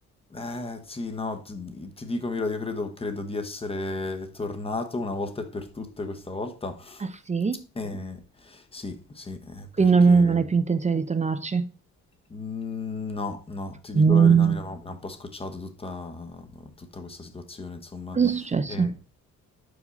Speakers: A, on the left; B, on the right.
A: Eh, sì, no, ti, ti dico, Mira, io credo, credo di essere tornato una volta e per tutte questa volta.
B: Ah sì?
A: Eh, sì, sì, eh,
B: Quindi
A: perché...
B: non, non hai più intenzione di tornarci?
A: Mm, No, no, ti dico
B: Mm.
A: la verità, mi ha mi ha un po' scocciato tutta, tutta questa situazione, insomma.
B: Cosa è successo?
A: E-